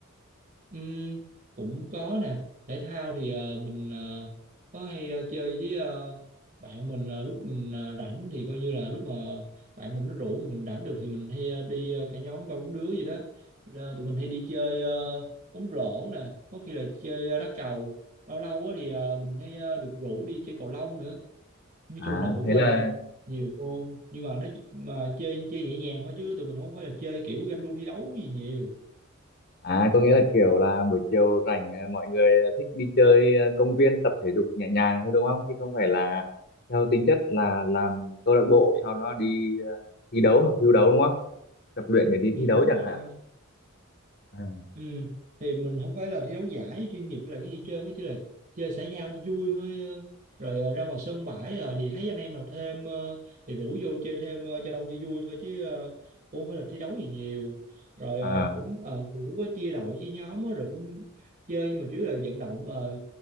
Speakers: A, on the right; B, on the left.
A: Ừm, cũng có nè thể thao thì ờ, mình ờ, có hay ờ, chơi với ờ, bạn mình là lúc mình ờ, rảnh thì coi như là lúc mà bạn mình nó rủ mà mình rảnh được thì mình hay ờ, đi ờ, cả nhóm ba bốn đứa gì đó Ờ, tụi mình hay đi chơi ờ, bóng rổ nè có khi là chơi ờ, đá cầu lâu lâu á thì ờ, mình hay ờ, được rủ đi chơi cầu lông nữa nói
B: à
A: chung là cũng
B: thế
A: ờ,
B: là
A: nhiều môn nhưng mà nó mà chơi chơi nhẹ nhàng thôi chứ tụi mình không phải là chơi kiểu ganh đua thi đấu gì nhiều
B: à có nghĩa là kiểu là buổi chiều rảnh ờ, mọi người ờ, thích đi chơi ờ, công viên tập thể dục nhẹ nhàng thôi đúng không chứ không phải là theo tính chất là làm câu lạc bộ sau đó đi ờ, thi đấu hoặc du đấu đúng không tập luyện để đi
A: ừ,
B: thi đấu
A: đúng
B: chẳng
A: rồi
B: hạn
A: nè
B: à,
A: Ừ. Thì mình không phải là thi đấu giải chuyên nghiệp hay là cái gì chơi chỉ là chơi xã giao cho vui thôi ờ. rồi ờ, ra ngoài sân bãi ờ, thì thấy anh em nào thêm ờ, thì rủ vô chơi thêm ờ, cho đông cho vui thôi chứ ờ, cũng không phải là thi đấu gì nhiều rồi
B: ừ.
A: ờ, cũng ờ, thì cũng có chia đội chia nhóm á, rồi cũng chơi nhưng mà chủ yếu là vận động ờ,